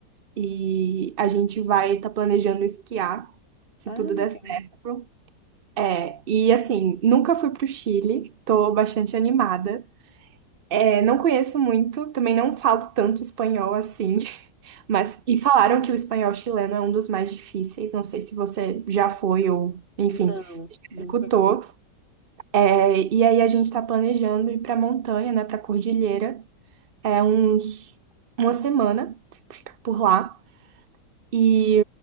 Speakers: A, on the right; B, on the right.
A: e a gente vai estar planejando esquiar, se
B: ah,
A: tudo
B: legal.
A: der certo. É, e assim, nunca fui pro Chile, tô bastante animada. É, não conheço muito, também não falo tanto espanhol assim, <laughs> mas e falaram que o espanhol chileno é um dos mais difíceis. Não sei se você já foi ou, enfim,
B: Não, nunca
A: escutou.
B: foi.
A: É, e aí a gente está planejando ir para montanha, né, para cordilheira, é uns uma semana fica por lá. E